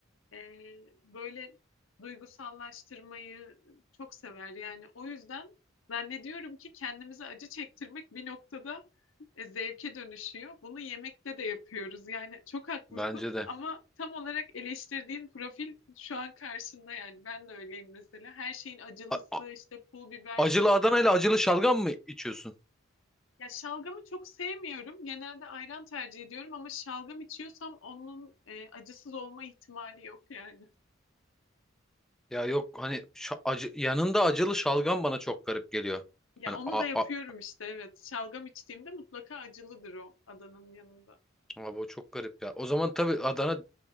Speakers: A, on the left; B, in the centre.
A: Ee, böyle duygusallaştırmayı çok sever. Yani o yüzden zannediyorum ki kendimize acı çektirmek bir noktada e, zevke dönüşüyor. Bunu yemekte de yapıyoruz. Yani çok haklısın
B: Bence de.
A: ama tam olarak eleştirdiğin profil şu an karşında yani. Ben de öyleyim mesela. Her şeyin acılısı,
B: A- a-
A: işte pul biberlisi.
B: acılı Adana ile acılı şalgam mı içiyorsun?
A: Ya şalgamı çok sevmiyorum. Genelde ayran tercih ediyorum ama şalgam içiyorsam onun e, acısız olma ihtimali yok yani.
B: Ya yok hani şa- acı yanında acılı şalgam bana çok garip geliyor.
A: Ya
B: Hani
A: onu
B: a,
A: da yapıyorum
B: a-
A: işte evet. Şalgam içtiğimde mutlaka acılıdır o Adana'nın yanında.
B: abi o çok garip ya. O zaman tabii Adana